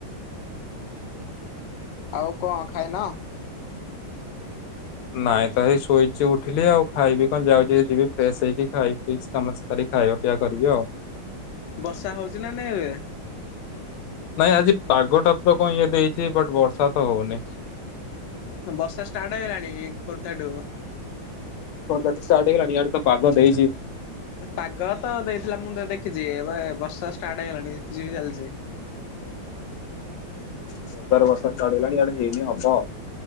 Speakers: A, on the left; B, on the left.
A: ଆଉ କଣ ଖାଇନ?
B: ନାଇଁ, ତ ଏଇ ଶୋଇଛି ଉଠିଲି, ଆଉ ଖାଇବି କଣ? ଯାଉଛି, ଏ ଯିବି ଫ୍ରେଶ ହେଇକି, ଖାଇ ପିଇ କାମ ସାରି ଖାଇବା ପିଇବା କରିବି ଆଉ।
A: ବର୍ଷା ହଉଛି ନା ନାଇଁ ଏବେ।
B: ନାଇଁ ଆଜି ପାଗଟା ତ କଣ ଇଏ ଦେଇଛି ବଟ ବର୍ଷା ତ ହଉନି।
A: ବର୍ଷା ଷ୍ଟାର୍ଟ ହେଇଗଲାଣି ଖୋର୍ଦ୍ଧା ଠୁ
B: ଖୋର୍ଦ୍ଧାଠୁ ଷ୍ଟାର୍ଟ ହେଇଗଲାଣି, ଇଆଡେ ତ ପାଗ ଦେଇଛି।
A: ପାଗ ତ ଦେଇଥିଲା, ମୁଁ ତ ଦେଖିଛି, ଏବେ ବର୍ଷା ଷ୍ଟାର୍ଟ ହେଇ ଗଲାଣି। ଝିପ୍ ଝିପ୍ ଚାଲଛି।
B: ଖୋର୍ଦ୍ଧା ରୁ ବର୍ଷା ଷ୍ଟାର୍ଟ ହେଇ ଗଲାଣି। ଏଆଡେ ହେଇନି, ହବ।